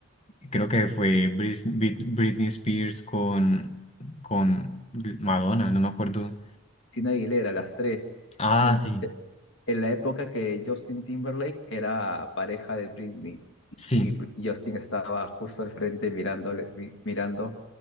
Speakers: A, on the left; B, on the left.
A: creo que fue Bris- Brit- Britney Spears con, con Madonna, no me acuerdo.
B: Cristina Aguilera, las tres.
A: Ah,
B: Mien-
A: sí,
B: eh, En la época que Justin Timberlake era pareja de Britney
A: sí.
B: y Br- Justin estaba justo al frente mirándole, mi- mirando